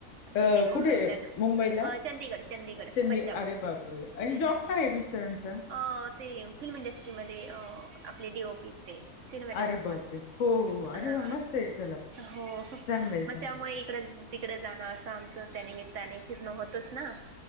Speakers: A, on the left; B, on the right.
A: अ
B: तिनेक ऑपरेशन
A: कुठे मुंबईला
B: अ चंदिगड चंदिगड
A: चंदी
B: पंजाब
A: अरे बापरे आणि जॉब
B: हम.
A: काय आहे मिस्टरांचा
B: अ ते फिल्म इंडस्ट्रीमध्ये, अ आपले डीओ पी आहेत ते. सिनेमॅटोग्राफर
A: अरे बापरे हो हो अरे
B: हा
A: वा मस्त आहे चला
B: हो
A: चांगलं आहे चांगलं
B: म त्यामुळे त्र तिकडे जाणं आसं आमचं त्या निमित्ताने फिरण होत. तच ना?